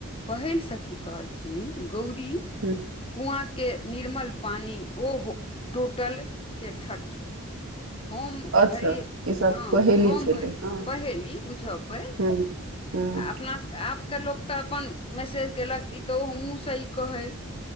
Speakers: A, on the left; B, on the right.
A: पहिल सँकि कहलखिन गौरी
B: हू
A: कुआ के निर्मल पानि ओहो टोटल के ठठ हम
B: अच्छा
A: भरी
B: ई सब
A: हँ
B: पहेली
A: हम
B: छलै
A: भऽ
B: हँ
A: पहेली बुझऽ पड़
B: हुँ हुँ
A: आ अपना आप के लोक तऽ अपन मैसेज केलक ई तऽ ओ हमूँ सही कहे